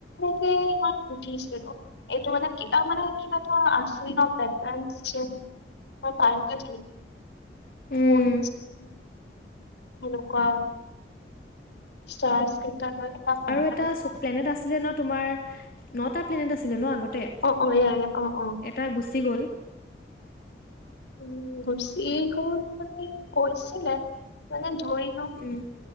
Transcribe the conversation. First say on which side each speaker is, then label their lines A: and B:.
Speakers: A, on the left; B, on the left.
A: কে ইমান সুধিছিলোঁ। এইটো মানে কিবা মানে কিবাটো আছে ন ' পেটাৰ্ণ চেন মই পাৰিম
B: উম,
A: <unintelligible> সেনেকুৱা <unintelligible> পেটাৰ্ণ
B: আৰু এটা চ প্লেনেট আছিলে ন' তোমাৰ নটা প্লেনেট আছিলে ন' আগতে?
A: অ', অ', এয়াই অ', অ',
B: এটা গুচি গ'ল।
A: উম, গুচি গ'ল মানে কৈছিলে মানে ধৰি
B: উম,